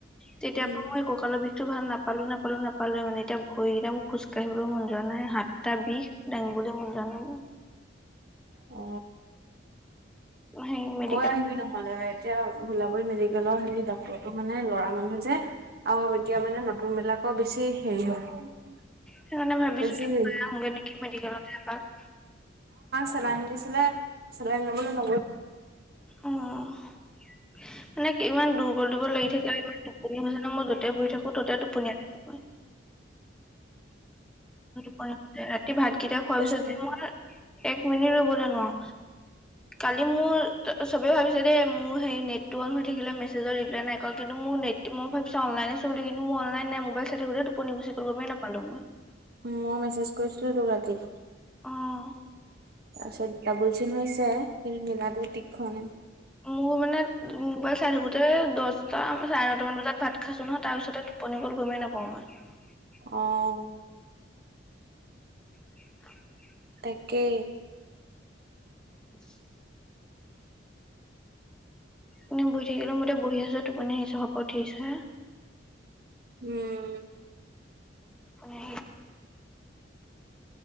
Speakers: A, in the centre; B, on the right.
A: তেতিয়
B: উম
A: পৰা মই কঁকালৰ বি ভাল নাপালো নাপালো নাপালো মানে এতিয়া ভৰিকেইটা মোৰ খোজ কাঢ়িবলৈ মন যোৱা নাই হাতটা বিষ দাঙিবলৈ মন যোৱা জলাব
B: অ
A: হেৰি মেডিকেল
B: গৈ আহিবি নহ'লে এতিয়া ভোলাবী মেডিকেলৰ হেৰি ডটৰটো মানে ল'ৰা মানহ যে আৰু এতিয়া মানে নতুন বিলাকৰ বেছি হেৰি হয়
A: সেইকাৰণে ভাবিছো
B: বেছি হেৰি
A: আহগে নেকি মেডিকেলতেপাক
B: চ আিছে চিলাইল ন দ
A: অ মানে ইমান দুৰ্বল দিব লাগি থাকে ইমান নি হৈছে ন মোৰ ততে বহি থাকো ততে টোপুন থাকই প ৰাতি ভাত কেতিয়া খোৱা
B: কৈছিলে
A: পিছ যে মই এক মিনিট ৰৰুবলৈ নোৱাৰো কালি মোৰ ত চবে ভাবিছে দেেই মোৰ সেই নেট টো অন হৈ থাকিলে মেছেজৰ ৰিপ্লাই নাই কৰা কিন্তু মোৰ নে মই ভাবিছো অনলাইনে চলিলো কিন্তু মই অনলাইন নাই মবাইলাই থোুে টোপনিিবচি কৰিব গমেই নাপালো মই
B: মই মেছেজ কৰিছিলো তোৰ ৰাতি
A: আহ
B: তাৰপিছত ডাবুল চিন হৈছে কিন্তু মিলাটো তীক্ষণে
A: মোৰ মানে মোবাইল চাই থাকোতে দহটাাম চাৰে নটামান বজাত ভাত খাইছো ন তাৰ পিছতে টোপনি গল গমেই নাপা <unintelligible>
B: আহ
A: <unintelligible>
B: তাকে
A: উম এনে বহি থাকিলো মতে বহি আছ তটোপুনি স শাপত উঠিছে হ
B: উম
A: মনে